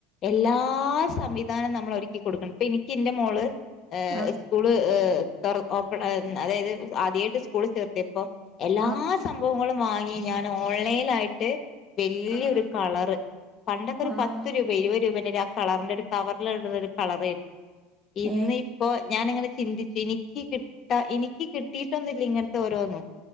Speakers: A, on the left (about 45°); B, on the right (about 30°).
A: എല്ലാ സംവിധാനം നമ്മളൊരുക്കി കൊടുക്ക്‌ണ് ഇപ്പൊ ഇനിക്ക് ഇന്റെ മോള്- ഏഹ്
B: ആഹ്
A: സ്കൂള് ഏഹ് തൊറ ഓപ്പണായ ഇമ് അതായത് ആധ്യായിട്ട് സ്കൂള് ചേർത്ത്യേപ്പൊ എല്ലാ
B: ആഹ്
A: സംഭവങ്ങളും വാങ്ങി ഞാനോൺലൈനായിട്ട് വല്ല്യൊര്
B: ആഹ് ആഹ്
A: കളറ്. പണ്ടൊക്കെ ഒരു പത്ത്
B: ആഹ്
A: രൂപെ ഇരുവഹ് രൂപേന്റെ ഒരു ആ കളറിന്റെ ഒരു കവർല് ഇട്ണെര് കളറേന്നു. ഇന്ന്
B: ഏഹ്
A: ഇപ്പൊ ഞാന്ങ്ങനെ ചിന്തിച്ചു, ഇനി ക്ക് കിട്ട ഇനിക്ക് കിട്ടീട്ടൊന്നും ഇല്ലിങ്ങൻത്തെ ഓരോന്നും.